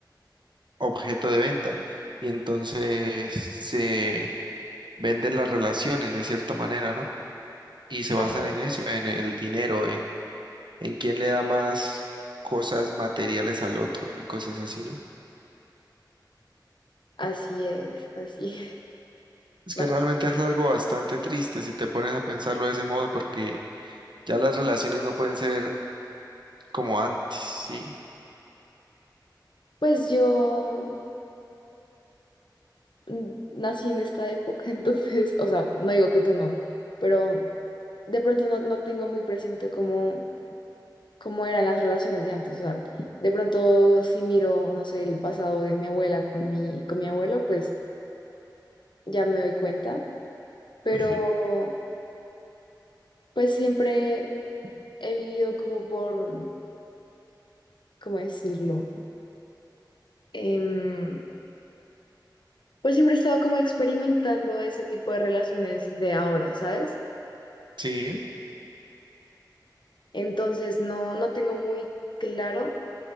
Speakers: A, on the right; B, on the left.
A: objeto de venta y entonces se venden las relaciones de cierta manera, ¿no? Y se basan
B: Ah.
A: en eso, en el dinero, en, en quién le da más cosas materiales al otro y cosas así, ¿no?
B: Así es, así es. <laughs>
A: Es que
B: Va.
A: realmente es algo bastante triste si te pones a pensarlo de ese modo, porque ya las relaciones no pueden ser como antes, ¿sí?
B: Pues yo mm, nací en esta época, <laughs> entonces, o sea, no digo que tú no, pero de pronto no, no tengo muy presente cómo, cómo eran las relaciones de antes. O sea, de pronto si miro, no sé, el pasado de mi abuela con mi, con mi abuelo, pues ya me doy cuenta, pero
A: Ujú,
B: Pues siempre he vivido como por, ¿cómo decirlo? Em, pues siempre he estado como experimentando ese tipo de relaciones de ahora, ¿sabes?
A: Sí.
B: Entonces no, no tengo muy claro.